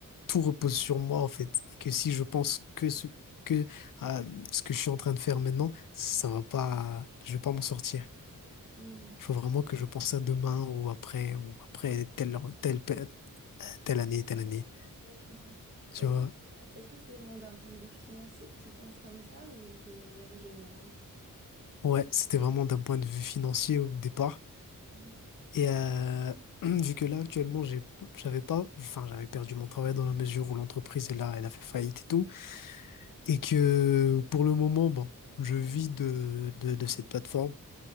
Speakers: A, on the left; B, on the right.
A: Tout repose sur moi, en fait. Et que si je pense que ce que à ce que je suis en train de faire maintenant, ça va pas. Je vais pas m'en sortir.
B: Mmh.
A: Il faut vraiment que je pense à demain ou après ou après telle, heure- telle, pe- euh, telle année, telle année.
B: Ouais, je comprends.
A: Tu
B: Est-ce
A: vois?
B: que, est-ce que c'est vraiment d'un point de vue financier que tu penses comme ça ou de manière générale?
A: Ouais, c'était vraiment d'un point de vue financier au départ.
B: Mm,
A: Et euh, <clears throat> vu que là, actuellement, j'ai, p- j'avais pas, enfin, j'avais perdu mon travail dans la mesure où l'entreprise, elle a, elle a fait faillite et tout. Et que pour le moment, bon, je vis de, de, de cette plateforme.